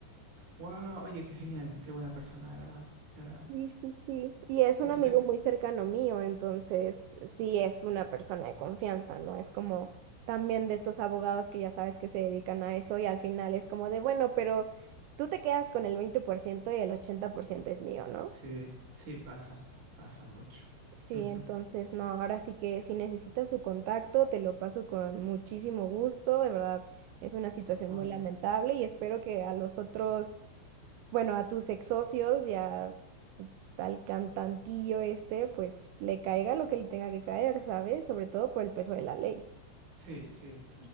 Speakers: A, on the right; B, on the right.
A: Wow, oye, qué genial, qué buena persona, de verdad, de verdad.
B: Sí, sí, sí. Y es
A: ¿Y
B: un
A: tú
B: amigo
A: qué?
B: muy cercano mío, entonces sí es una persona de confianza, ¿no? Es como también de estos abogados que ya sabes que se dedican a eso y al final es como de, bueno, pero tú te quedas con el 20% y el 80% es mío, ¿no?
A: Sí, sí, pasa, pasa mucho.
B: Sí,
A: Ujú.
B: entonces no, ahora sí que si necesitas su contacto, te lo paso con muchísimo gusto, de verdad, es una situación
A: Oye,
B: muy lamentable y espero que a los otros bueno, a tus ex socios y a pues, al cantantillo este, pues le caiga lo que le tenga que caer, ¿sabes? Sobre todo por el peso de la ley.
A: Sí, sí.